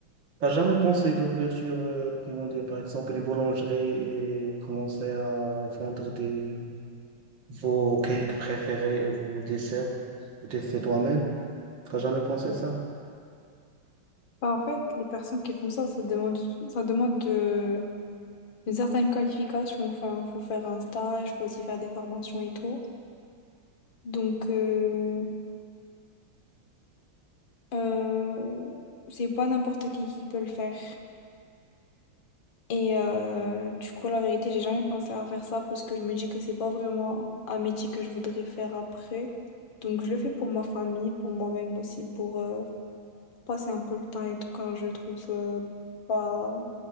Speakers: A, on the right; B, on the left.
A: T'as jamais pensé d'ouvrir sur, euh, comment dire, par exemple, une boulangerie et commencer à vendre des, Vos cakes préférés, vos desserts que tu fais toi-même? T'as jamais pensé de ça?
B: Bah, en fait, les personnes qui font ça, ça demande, ça demande de, une certaine qualification. Enfin, faut faire un stage, faut aussi faire des formations et tout. Donc, euh, euh, c'est pas n'importe qui qui peut le faire. Et euh, du coup, la vérité, j'ai jamais pensé à faire ça parce que je me dis que c'est pas vraiment un métier que je voudrais faire après. Donc, je le fais pour ma famille, pour moi-même aussi, pour, euh, pour passer un peu le temps et tout quand je trouve euh, pas,